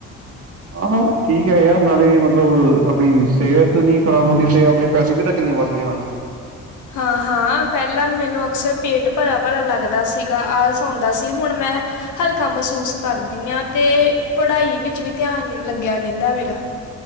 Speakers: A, on the right (about 50°); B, on the left (about 80°).
A: ਹਾਂ-ਹਾਂ ਠੀਕ ਹੈ ਯਾਰ ਨਾਲੇ ਮਤਲਬ ਆਪਣੀ ਸਿਹਤ ਨੀ ਖ਼ਰਾਬ ਹੁੰਦੀ ਤੇ ਆਪਣੇ ਪੈਸੇ ਵੀ ਤਾਂ ਕਿੰਨੇ ਵੱਧ ਗਏ ਹਨ
B: ਹਾਂ-ਹਾਂ ਪਹਿਲਾਂ ਮੈਨੂੰ ਅਕਸਰ ਪੇਟ ਭਰਾ-ਭਰਾ ਲੱਗਦਾ ਸੀਗਾ ਆਲਸ ਆਉਂਦਾ ਸੀ ਹੁਣ ਮੈਂ ਹਲਕਾ ਮਹਿਸੂਸ ਕਰਦੀ ਹਾਂ ਤੇ ਪੜ੍ਹਾਈ ਵਿੱਚ ਵੀ ਧਿਆਨ ਲੱਗਿਆ ਰਹਿੰਦਾ ਮੇਰਾ